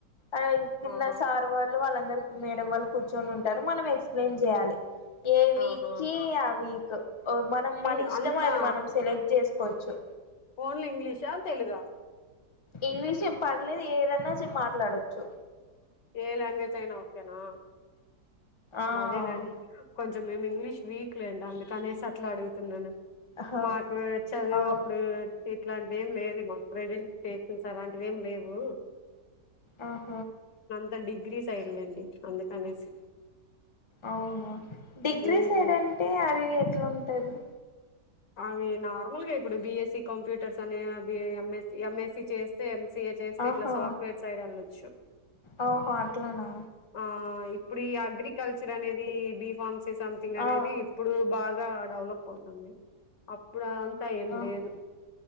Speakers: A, on the left; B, on the left.
A: అ కింద
B: ఆహా
A: సార్ వాళ్ళు వాళ్ళ అందరు కు మేడం వాళ్ళు కూర్చొని ఉంటారు మనం ఎక్స్ప్లెయిన్ చేయాలి ఏ వీక్
B: ఆహా
A: కి ఆ వీక్ క్ మనం
B: ఇం
A: మన ఇష్టం
B: అంతా
A: అది మనం సెలెక్ట్ చేసుకోచ్చు
B: ఓన్లీ ఇంగ్లీషా తెలుగా
A: ఇంగ్లీష్ ఏం పర్లేదు ఏదన్నా చె మాట్లాడొచ్చు
B: ఏ లాంగ్వేజ్ అయినా ఓకేనా
A: ఆ
B: అదే లే అని కొం మేము ఇంగ్లీష్ వీక్ లేండి అందుకనేసి అట్లా అడుగుతున్నాను
A: ఆహా
B: మాకు చదువు
A: అవు
B: అప్పుడు ఇట్లాంటి వేం లేదు మా ప్రజెంటేషన్ అలాంటివి ఏం లేవు
A: అహ
B: త డిగ్రీ సైడ్లేండి అందుకనేసి
A: అవును డిగ్రీ
B: మ్మ్
A: సైడ్ అంటే అవి ఎట్ల ఉంటది
B: అవి నార్మల్ గా ఇప్పుడు బిఎస్సి కంప్యూటర్స్ అని బి ఎంఎస్ ఎంఎస్సి చేస్తే ఎంసిఏ చేస్తే
A: ఆహా
B: ఇట్లా సాఫ్ట్వేర్ సైడ్ వెళ్ళోచ్చు
A: ఓహో అట్లనా
B: ఆ ఇప్పుడు ఈ అగ్రికల్చర్ అనేది బి ఫామ్స్ సి సంథింగ్ అనేది
A: ఆ
B: ఇప్పుడు బా గా డెవలప్ అవుతుంది అప్పుడు అదంతా ఏం
A: ఆహా
B: లేదు